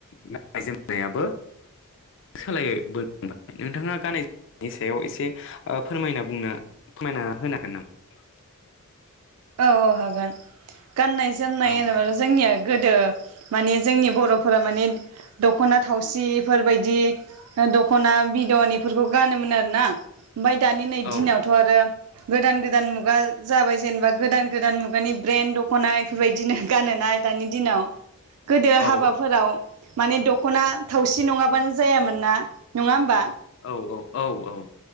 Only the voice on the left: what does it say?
गाननाय जोमनायाबो सोलायबोनो हमबाय नोंथाङा गाननाय जोमनायनि सायाव एसे फोरमायना बुंनो फोरमायना होनो हागोन नामा
नामा औ
औ
औ
औ औ औ औ